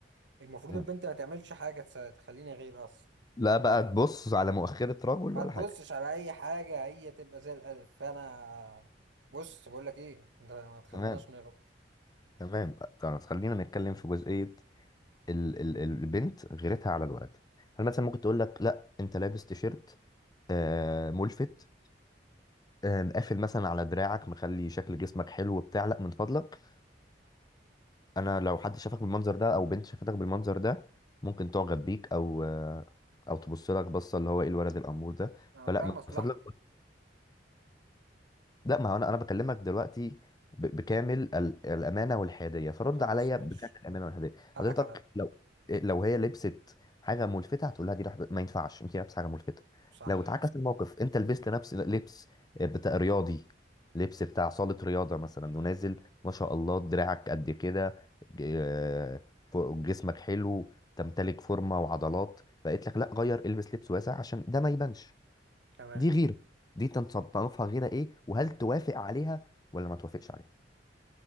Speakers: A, on the right; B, on the left.
A: المفروض
B: مم.
A: البنت ما تعملش حاجة تس- تخليني غير اصلا
B: لا بقى تبص على مؤخره رجل
A: ما
B: ولا
A: تبصش
B: حاجه
A: على اي حاجة هي تبقى زي الالف فانا بص بقول لك ايه انت ما تخليناش
B: تمام
A: نغلط
B: تمام طب خلينا نتكلم في جزئيه ال... ال... البنت غيرتها على الولد هل مثلا ممكن تقول لك لا انت لابس تيشيرت آه ملفت آه، مقافل مثلا على دراعك مخلي شكل جسمك حلو بتاع لا من فضلك انا لو حد شافك بالمنظر ده او بنت شافتك بالمنظر ده ممكن تعجب بيك او آه، او تبص لك بصه اللي هو ايه الولد الامور ده
A: اقول
B: فلا
A: لها
B: من
A: مصلحة
B: فضلك لا ما هو انا انا بكلمك دلوقتي ب- بكامل ال- الامانه والحياديه فرد
A: خلاص
B: عليا
A: ماشي
B: بكامل الامانه والحياديه
A: حقك
B: حضرتك
A: عليا
B: لو إيه، لو هي لبست حاجه ملفته هتقول لها دي لح- ما ينفعش انت لابسه حاجه ملفته
A: صح
B: لو اتعكس الموقف انت لبست نفس لبس آه، بتاع رياضي لبس بتاع صاله رياضه مثلا ونازل ما شاء الله دراعك قد كده ج- آه، فوق- جسمك حلو تمتلك فورمه وعضلات بقيت لك لا غير البس لبس واسع عشان ده ما يبانش
A: تمام
B: دي غيرة دي تنصنفها غيرة ايه وهل توافق عليها ولا ما توافقش عليها